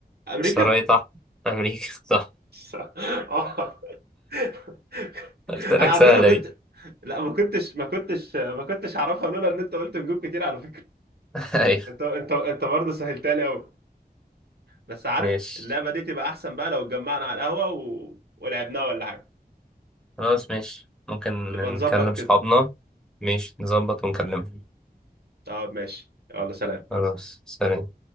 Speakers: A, on the right; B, in the centre.
A: امريكا
B: شرايط أحمر أمريكا <laughs>
A: <laughs> اه <laughs>
B: قلت لك
A: انا على
B: سهلة
A: فكره كنت
B: دي
A: لا ما كنتش ما كنتش ما كنتش اعرفها لولا ان انت قلت نجوم كتير على فكره
B: <laughs> أيوة
A: انت انت انت برضه سهلتها لي قوي بس عارف
B: ماشي
A: اللعبه دي تبقى احسن بقى لو اتجمعنا على القهوه و... ولعبناها ولا حاجه
B: خلاص ماشي ممكن
A: نبقى
B: نكلم
A: نظبط
B: صحابنا
A: كده
B: ماشي نظبط ونكلمهم
A: طب ماشي يلا سلام
B: خلاص سلام